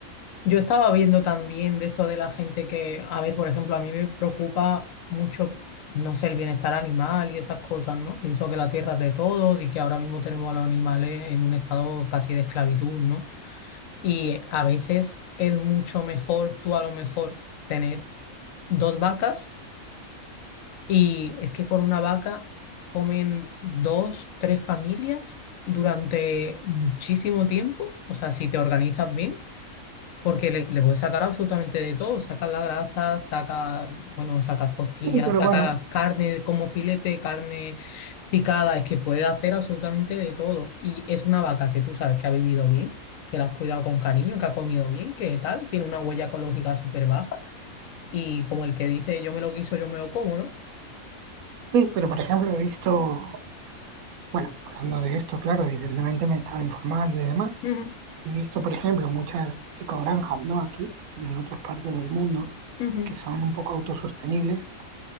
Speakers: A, on the left; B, on the right.
A: Yo estaba viendo también de esto de la gente que, a ver, por ejemplo, a mí me preocupa mucho, no sé, el bienestar animal y esas cosas, ¿no? Pienso que la tierra es de todos y que ahora mismo tenemos a los animales en un estado casi de esclavitud, ¿no? Y a veces es mucho mejor tú a lo mejor tener dos vacas y es que con una vaca comen dos, tres familias durante muchísimo tiempo, o sea, si te organizas bien porque le, le puedes sacar absolutamente de todo, sacas la grasa, saca, bueno, sacas costillas,
B: Sí, pero
A: sacas
B: bueno,
A: carne como filete, carne picada, es que puedes hacer absolutamente de todo. Y es una vaca que tú sabes que ha vivido bien, que la has cuidado con cariño, que ha comido bien, que tal, tiene una huella ecológica súper baja. Y como el que dice yo me lo quiso, yo me lo como, ¿no?
B: sí, pero por ejemplo he visto, bueno, hablando de esto, claro, evidentemente me estaba informando y demás,
A: Ujú,
B: He visto, por ejemplo, muchas ecogranjas, no aquí, sino en otras partes del mundo,
A: ujú,
B: que son un poco autosostenibles.